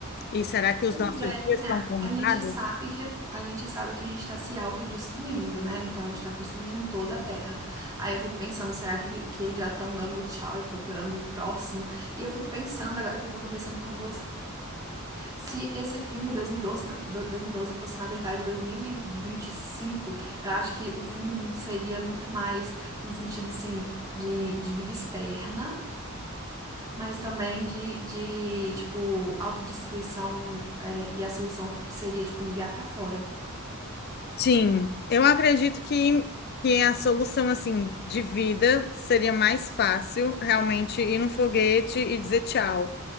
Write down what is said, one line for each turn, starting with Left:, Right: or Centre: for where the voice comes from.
Left: E será que os
Right: Pois
Left: nossos
Right: é, tipo
Left: dias
Right: assim,
Left: estão
Right: a,
Left: contados?
Right: a gente sabe que a gente sabe que a gente tá se autodestruindo, né? Então a gente tá consumindo toda a Terra. Aí eu fico pensando, será que, que eles já estão dando tchau e procurando o próximo? E eu fico pensando, agora que eu tô conversando com você, se esse filme 2012, na- do- 2012 fosse, na verdade, 2025, eu acho que o fim do mundo seria muito mais no sentido, assim, de, de vida externa. Mas também de, de tipo, autodestruição, é, e a solução seria, tipo, enviar pra fora.
Left: Sim, eu acredito que, que a solução assim de vida seria mais fácil realmente ir num foguete e dizer tchau.